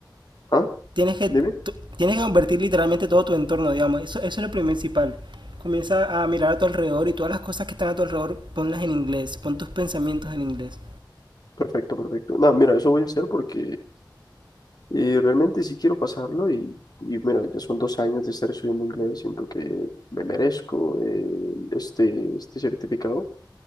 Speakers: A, on the left (about 55°); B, on the right (about 75°).
A: ¿ah?
B: tienes que,
A: Dime.
B: tú- tienes que convertir literalmente todo tu entorno, digamos. Eso, eso es lo principal. Comienza a mirar a tu alrededor y todas las cosas que están a tu alrededor, ponlas en inglés. Pon tus pensamientos en inglés.
A: Perfecto, perfecto. No, mira, eso voy a hacer porque eh, realmente sí quiero pasarlo y, y mira, ya son dos años de estar estudiando inglés, siento que me merezco eh, este, este certificado